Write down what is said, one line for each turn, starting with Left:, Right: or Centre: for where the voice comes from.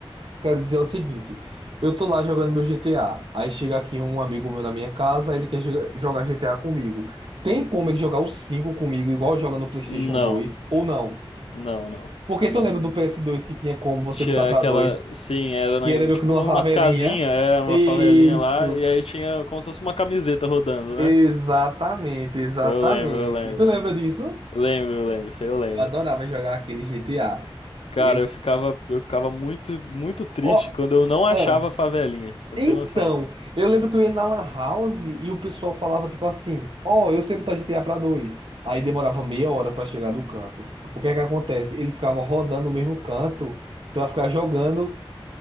Right: quero dizer o seguinte, eu tô lá jogando meu GTA, aí chega aqui um amigo meu na minha casa, ele quer joga- jogar GTA comigo. Tem como ele jogar o 5 comigo, igual joga no PlayStation
Left: Não,
Right: 2, ou não?
Left: não, não,
Right: Porque tu
Left: não.
Right: lembra do ps dois que tinha como
Left: que
Right: você
Left: tinha
Right: botar pra
Left: aquela,
Right: dois,
Left: sim, era na-
Right: que era meio
Left: tipo
Right: que numa
Left: numas
Right: favelinha?
Left: casinhas, é uma
Right: Isso.
Left: favelinha lá, e aí tinha como se fosse uma camiseta rodando, né?
Right: Exatamente, exatamente.
Left: Eu lembro, eu lembro.
Right: Tu lembra disso?
Left: Lembro, eu lembro, isso aí eu lembro.
Right: Eu adorava jogar aquele GTA.
Left: Cara,
Right: Eu.
Left: eu ficava, eu ficava muito, muito triste
Right: ó,
Left: quando eu não achava
Right: ah,
Left: a favelinha. Você
Right: então,
Left: não tem noção.
Right: eu lembro que eu ia na Lan House e o pessoal falava tipo assim: Ó, eu sei botar GTA pra dois. Aí demorava meia hora pra chegar do canto. O que é que acontece? Ele ficava rodando o mesmo canto pra ficar jogando